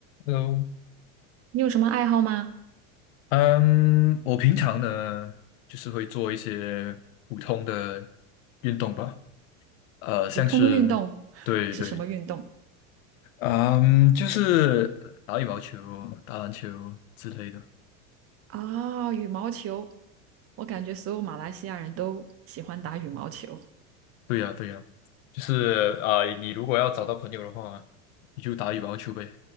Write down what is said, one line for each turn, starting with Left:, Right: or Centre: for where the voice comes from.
Left: Hello，
Right: 你有什么爱好吗？
Left: 嗯，我平常呢，就是会做一些普通的运动吧，呃，像是，
Right: 普通的运动 <laughs>
Left: 对对，
Right: 是什么运动？
Left: 嗯，就是打羽毛球、打篮球之类的。
Right: 啊、羽毛球。我感觉所有马来西亚人都喜欢打羽毛球。
Left: 对呀，对呀，就是啊，呃你如果要找到朋友的话，你就打羽毛球呗，